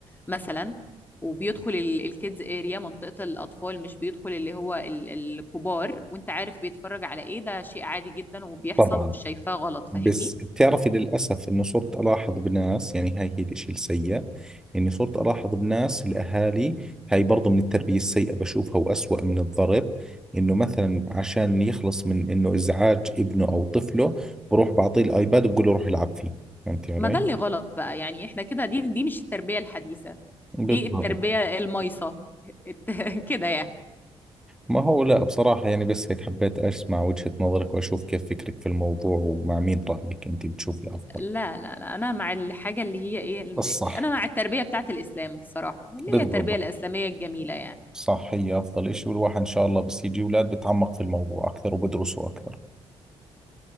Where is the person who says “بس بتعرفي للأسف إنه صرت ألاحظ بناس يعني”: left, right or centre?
Centre